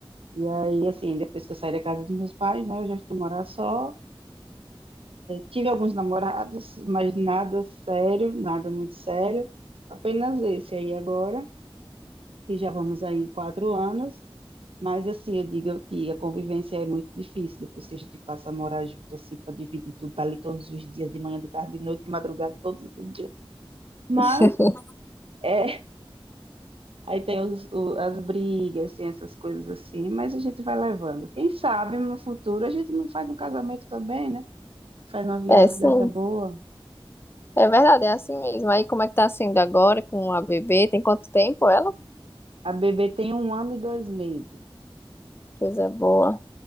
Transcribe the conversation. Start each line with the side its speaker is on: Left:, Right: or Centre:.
Right: E aí, assim, depois que eu saí da casa dos meus pais, né, eu já fui morar só Tive alguns namorados, mas nada sério, nada muito sério. Apenas esse aí agora, que já vamos aí em quatro anos. Mas assim, eu digo que a convivência é muito difícil depois que a gente passa a morar junto, assim, para dividir tudo, tá ali todos os dias, de manhã, de tarde, de noite, de madrugada, todos os dias. Mas,
Left: <laughs>
Right: é, aí tem os- o- as brigas, tem essas coisas assim, mas a gente vai levando. Quem sabe no futuro a gente não faz um casamento também, né? Faz uma viagem
Left: É, sim.
Right: dessa boa.
Left: É verdade, é assim mesmo. Aí, como é que tá sendo agora com a bebê? Tem quanto tempo ela?
Right: A bebê tem um ano e dois meses.
Left: Coisa boa.